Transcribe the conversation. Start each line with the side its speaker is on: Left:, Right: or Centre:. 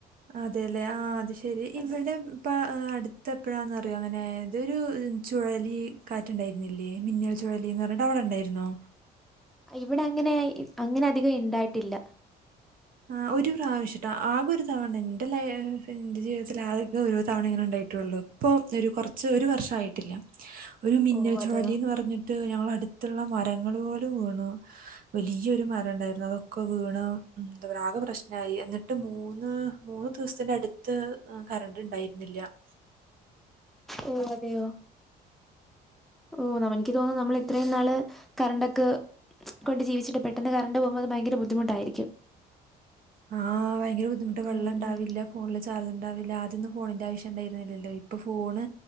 Right: അതെല്ലേ ആ അത് ശെരി ഇവടിപ്പ
Centre: അതെ
Right: അടു അടുത്തെപ്പഴാന്നറിയോ അങ്ങനായത് ഒരു ചുഴലി കാറ്റ്ണ്ടായ്ര്ന്നില്ലേ മിന്നൽ ചുഴലിന്ന് പറഞ്ഞിട്ട് അവടെ ഇണ്ടായ്ര്ന്നോ
Centre: ഇവിടെ അങ്ങനെ അങ്ങനെ അധികം ഇണ്ടായിട്ടില്ല
Right: ആ ഒരു പ്രാവശ്യട്ടോ ആകൊരു തവണെ ന്റെ ലയേ എന്റെ ജീവിതത്തിൽ ആതൊക്കെ ഒരു തവണ ഇങ്ങനെ ഇണ്ടായി ട്ടുള്ളു ഇപ്പൊ ഒരു കൊറച്ച് ഒരു വർഷായിട്ടില്ല ഒരു മിന്നൽ
Centre: ഓ അതെയോ
Right: ചുഴലിന്ന് പർഞ്ഞിട്ട് ഞങ്ങളടുത്ത് ത്തുള്ള മരങ്ങൾ പോലും വീണു വലിയ്യൊരു മരണ്ടായ്രുന്നു അതൊക്കെ വീണു എന്താ പറയാ ആകെ പ്രേശ് നായി എന്നിട്ട് മൂന്ന് മൂന്ന് ദിവസ്ത്തിന്റെ അടുത്ത് കരണ്ട് ഇണ്ടായിരുന്നില്ല <inaudible>
Centre: ഓ അതെയോ ഓ ന്നമെനിക്ക് തോന്നുനു ന്നമ്ളിത്രേം ന്നാള് കറണ്ടൊക്കെ കൊണ്ട് ജീവിച്ചിട്ട് പെട്ടെന്ന് കറണ്ട് പോകുമ്പോ അത് ഭയങ്കര ബുദ്ധിമുട്ടായിരിക്കും
Right: ആഹ് വയങ്കര ബുദ്ധിമുട്ട
Centre: ഉം
Right: വെള്ളണ്ടാവില്ല
Centre: ഉം
Right: ഫോണില് ചാർജ് ണ്ടാവി ല്ല ആത്യോന്നും ഫോണിന്റെ ആവശ്യം ഇണ്ടായിരുന്നില്ലല്ലോ ഇപ്പ ഫോണ്